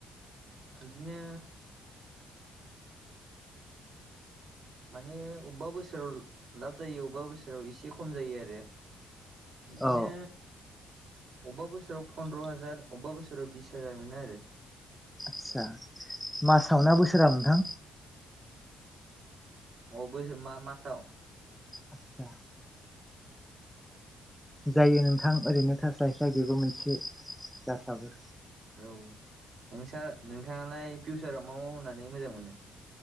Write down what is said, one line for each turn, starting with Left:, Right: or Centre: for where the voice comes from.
Right: बिदिनो माने अबेबा बोसोराव लाब जायो अबेबा बोसोराव एसे खम जायो आरो इदिनो
Centre: औ
Right: अबेबा बोसोराव फन्द्र हाजार अबेबा बोसोराव बिस हाजार मोनो आरो
Centre: आस्सा मासाव ना बोसोराव नोंथां
Right: अ बोसो मा मासाव
Centre: आदसा जायो नोंथां ओरैनो थास्लायस्लाय बेबो मोनसे जासाबो
Right: औ नोंसा नोंथाङालाय फिउचाराव मा मावनानै मोजां मोनो।